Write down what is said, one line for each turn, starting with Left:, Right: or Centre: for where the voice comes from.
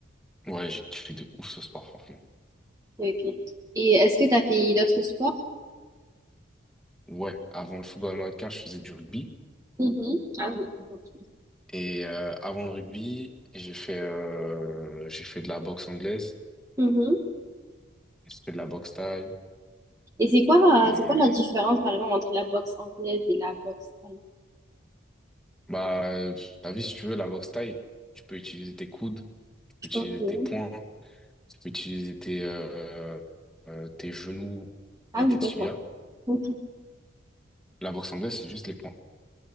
Centre: Ouais, j'ai kiffé de ouf ce sport, franchement.
Right: Ok, ok. Et est-ce que t'as fait d'autres sports?
Centre: Ouais, avant le football américain, je faisais du rugby.
Right: Mhm. Ah oui. ok.
Centre: Et euh, avant le rugby, j'ai fait, euh, j'ai fait de la boxe anglaise,
Right: Mhm.
Centre: j'ai fait de la boxe thaï.
Right: Et c'est quoi,
Centre: Et
Right: euh, c'est quoi la différence, par exemple, entre la boxe anglaise et la boxe thaï?
Centre: bah, euh, t'as vu, si tu veux, la boxe thaï, tu peux utiliser tes coudes, tu peux utiliser
Right: Ok.
Centre: tes poings. Tu peux utiliser tes, euh, euh, tes genoux
Right: Ah
Centre: et
Right: oui,
Centre: tes tibias.
Right: d'accord. Ok,
Centre: La boxe anglaise, c'est juste les poings.